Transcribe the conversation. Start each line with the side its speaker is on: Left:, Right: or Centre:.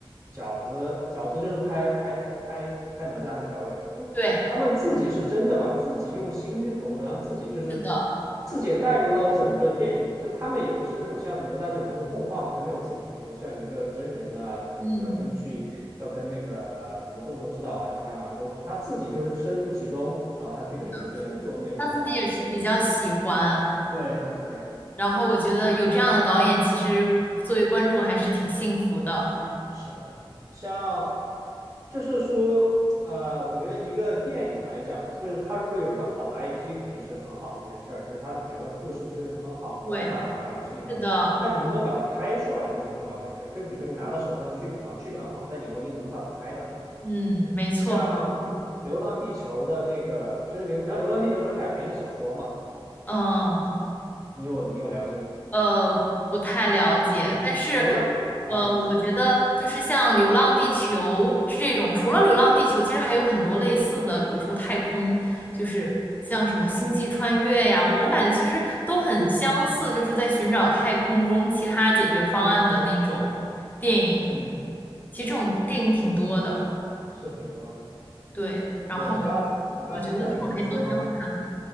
Right: 饺子饺子就是拍拍拍拍哪吒那个导演，就他们自己是真的把自己用心去投入，
Left: 对。
Right: 然后自己就是
Left: 是的。
Right: 自己也带入到整个电影，就他们也不是那种像哪吒这种，它是动画嘛，他没有自己，比如说像一个真人的啊，比如要根据要跟那个呃什么动作指导啊去干嘛沟通，
Left: 嗯，
Right: 他自己就是深入其中，然后他去给那些人做那种呃。
Left: 是的，是的，他自己也是比较喜欢，
Right: 对对对对，
Left: 然后我觉得有这样的导演，其实作为观众还是挺幸福的。
Right: 是的，像就是说，呃，我觉得一个电影来讲，就是它如果有一个好的 IP，肯定是很好的一件事儿，就是它的，比如它故事是很好、
Left: 对，
Right: 饱满啊，干嘛适应好的。
Left: 是的，
Right: 但你能不能把它拍出来，那是另外一回事儿。就比如说你拿到手上的剧本啊，剧本好，但你不一定能把它拍的好。
Left: 嗯，没错，
Right: 像
Left: 没错，
Right: 《流浪地球》的那个，就是流，你看《流浪地球》是改编的小说嘛，
Left: 嗯，
Right: 你有你有了解吗？
Left: 呃，不太了解，
Right: 嗯，
Left: 但是，
Right: 流浪啊，
Left: 呃，
Right: 你说，
Left: 我觉得就是像《流浪地球》这种，除了《流浪地球》，其实还有很多类似的，比如说太空，就是像什么《星际穿越》呀，我感觉其实都很相似，就是在寻找太空中其他解决方案的那种电影。
Right: 嗯，
Left: 其实这种电影挺多的，
Right: 是挺多的。
Left: 对。然后
Right: 对，我刚刚我刚刚想讲，
Left: 我觉得这种还都挺好看的。
Right: 就是说，